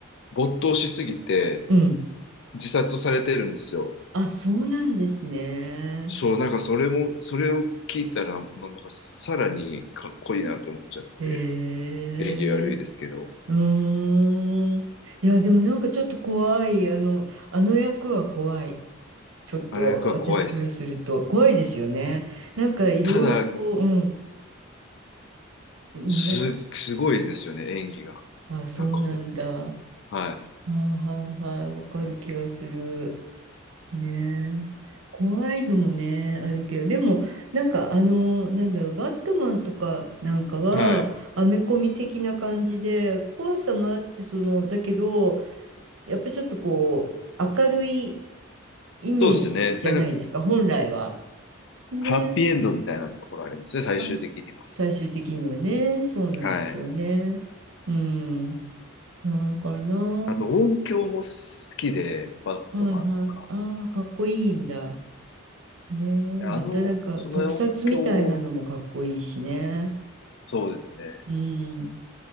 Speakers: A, on the left; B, on the right.
A: 没頭しすぎて、
B: うん。
A: 自殺されてるんですよ。
B: あ、そうなんですね。
A: そう、なんかそれも、それを聞いたら、まあ、なんかさらにかっこいいなと思っちゃって、
B: へえ。
A: 演技悪いですけど、
B: うーん。いや、でもなんかちょっと怖い。あの、あの役は怖い。ちょっと私からすると怖いですよね。
A: あの役は怖いです。
B: なんかいろいろこう、
A: ただ、
B: うん、うんな、
A: す、すごいんですよね、演技が。
B: あ、そうなんだ。
A: なんかほ、はい。
B: あーはいはい、わかる気がする。ねえ。怖いのもね、あるけど、でも、なんかあの、なんだろう、バットマンとかなんかは、
A: はい。
B: アメコミ的な感じで、怖さもあって、その、だけど、やっぱりちょっとこう、明るいイメージじゃないですか、
A: そうですね。なんか、
B: 本来は。ね
A: ハッピーエンドみたいなところありますね、最終的には。
B: あ、最終的にはね、そうなんですよね。
A: はい。
B: うん。だからな。
A: あと音響も好きで、バットマンとか。
B: はいはい。ああ、かっこいいんだ。ねえ。
A: あの、
B: またなんか特撮みたいなのもかっこいいしね。
A: その音響、そうですね。
B: うん。